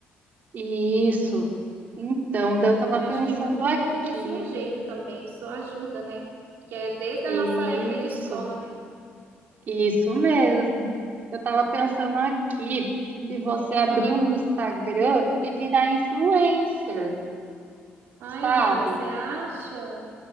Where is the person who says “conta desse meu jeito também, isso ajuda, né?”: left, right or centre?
Right